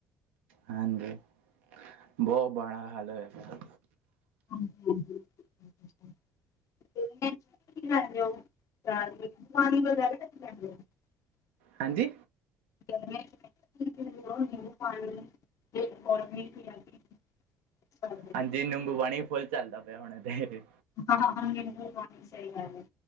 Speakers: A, on the right; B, on the left.
A: ਹਾਂਜੀ ਬਹੁਤ ਮਾੜਾ ਹਾਲ ਹੋਏਗਾ।
B: <inaudible>
A: ਹਾਂਜੀ
B: <inaudible> ਪਾਣੀ
A: ਹਾਂਜੀ ਨਿੰਬੂ ਪਾਣੀ ਚੱਲਦਾ ਪਿਆ ਹੁਣੇ ਤੇ
B: ਹਾਂ ਨਿੰਬੂ ਪਾਣੀ ਸਹੀ ਗੱਲ ਐ